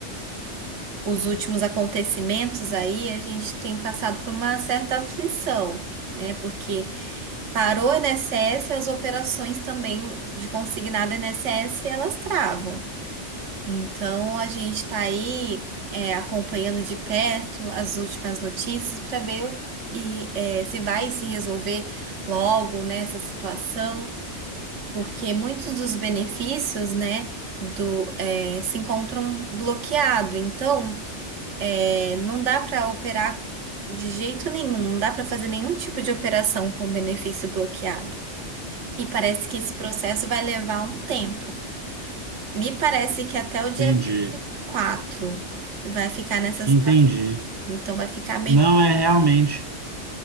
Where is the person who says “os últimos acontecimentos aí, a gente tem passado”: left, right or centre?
Right